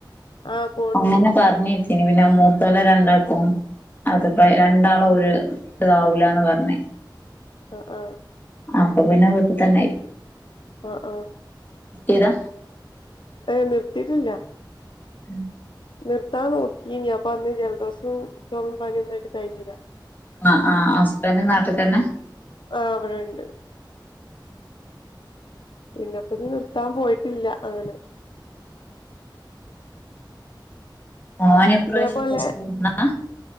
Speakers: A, on the left (about 75°); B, on the left (about 25°).
A: ആഹ് പോണ്ണ്ട്
B: അങ്ങനെ പറഞ്ഞിട്ടീന് പിന്നെ മൂത്തോല്ല രണ്ടാൾക്കും അതപ്പ രണ്ടാളും ഒരു ഇതാവൂലാന്ന് പറഞ്ഞേ
A: ആ ആ
B: അപ്പോ പിന്നെ വീട്ടിൽ തന്നെയായി
A: ആ ആ
B: ഏതാ
A: ഏ നിർത്തിട്ടില്ല
B: <inaudible>
A: നിർത്താ നോക്കിനി അപ്പൊ അന്ന് ജലദോഷും ചൊ മിം പനിന്നൊയിട്ട് കഴിഞ്ഞില്ല
B: ആ ആ ഹസ്ബൻന്റെ നാട്ടിൽ തന്നെ
A: ആ ഇവടെണ്ട് പിന്നെപ്പ നീ നിർത്താൻ പോയിട്ടില്ല അങ്ങനെ
B: ആ ഓനി പ്രാവശ്യം
A: ഇതേപോലെ
B: പ്ലസ് വണ്ണാ